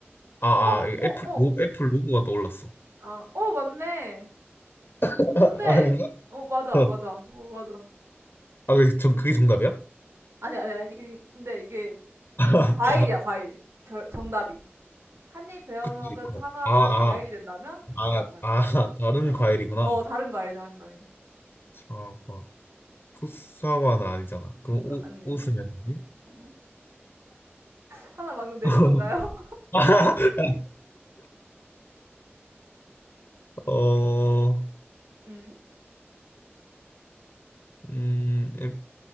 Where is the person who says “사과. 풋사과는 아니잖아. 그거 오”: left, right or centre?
Left